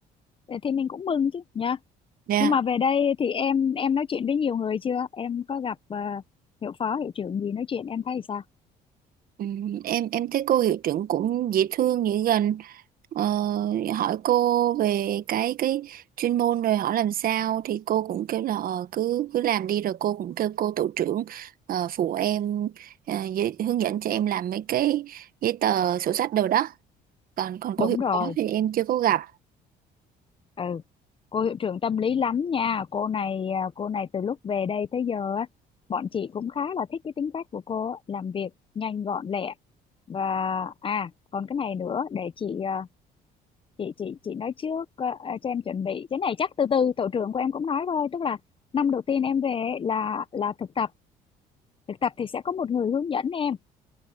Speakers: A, on the left; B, on the right.
A: Ờ, thì mình cũng mừng chứ nha
B: Dạ.
A: nhưng mà về đây thì em em nói chuyện với nhiều người chưa em có gặp ờ, hiệu phó hiệu trưởng gì nói chuyện em thấy sao
B: Ừ, em em thấy cô hiệu trưởng cũng dễ thương dễ gần ờ, hỏi cô về cái cái chuyên môn rồi hỏi làm sao thì cô cũng kêu là ờ, cứ cứ làm đi rồi cô cũng kêu cô tổ trưởng ờ, phụ em ờ, giới, hướng dẫn cho em làm mấy cái giấy tờ sổ sách đồ đó còn còn
A: đúng
B: cô hiệu
A: rồi
B: phó thì em chưa có gặp
A: ừ cô hiệu trưởng tâm lý lắm nha cô này à, cô này từ lúc về đây tới giờ á bọn chị cũng khá là thích cái tính cách của cô á, làm việc nhanh gọn lẹ và à còn cái này nữa để chị à, chị chị chị nói trước à, à, cho em chuẩn bị cái này chắc từ từ tổ trưởng của em cũng nói thôi tức là năm đầu tiên em về ấy là là thực tập thực tập thì sẽ có một người hướng dẫn em